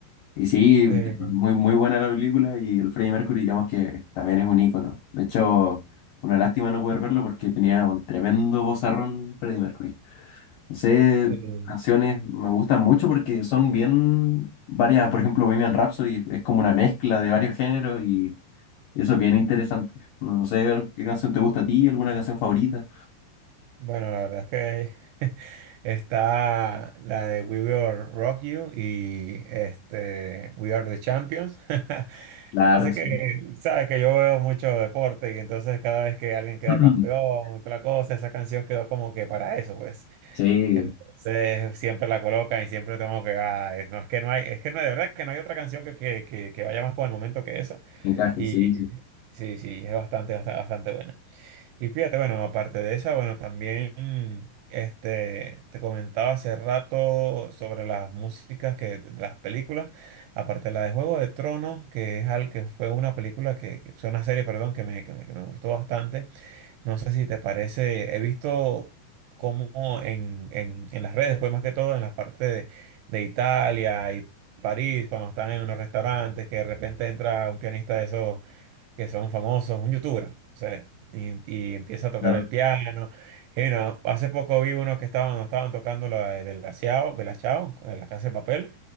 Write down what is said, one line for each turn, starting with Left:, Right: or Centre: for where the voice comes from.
Left: Y sí,
Right: Sí,
Left: muy, muy buena la película y el Freddie Mercury, digamos que también es un ícono. De hecho, una lástima no poder verlo porque tenía un tremendo vozarrón Freddie Mercury. No sé,
Right: sí.
Left: canciones me gustan mucho porque son bien variadas. Por ejemplo, Bohemian Rhapsody es como una mezcla de varios géneros y, y eso es bien interesante. No no sé qué canción te gusta a ti, alguna canción favorita.
Right: Bueno, la verdad es que <laughs> está la de We Will Rock You y este We Are the Champions. <laughs>
Left: Claro,
Right: Así
Left: sí.
Right: que, sabes que yo veo mucho deporte y entonces cada vez que alguien queda
Left: <clears throat>
Right: campeón, otra cosa, esa canción quedó como que para eso, pues.
Left: Sí,
Right: Entonces siempre la colocan y siempre tengo que, ah, es- no es que no hay, es que no, de verdad que no hay otra canción que, que, que, que vaya más con el momento que esa.
Left: encaje,
Right: Y
Left: sí, sí.
Right: sí, sí, es bastante, bastante, bastante buena. Y fíjate, bueno, aparte de esa, bueno, también mm, este, te comentaba hace rato sobre las músicas que, de las películas, aparte de la de Juego de Tronos, que es al que fue una película que, que- fue una serie, perdón, que me, que me, que me gustó bastante. No sé si te parece, he visto cómo en, en- en las redes, pues más que todo en las partes de, de Italia y París, cuando están en unos restaurantes, que de repente entra un pianista de esos que son famosos, un youtuber, o sea, y, y empieza a tocar
Left: Claro.
Right: el piano. Y bueno, hace poco vi unos que estaban, no estaban tocando la de Belachao, Belachao, de la Casa de Papel.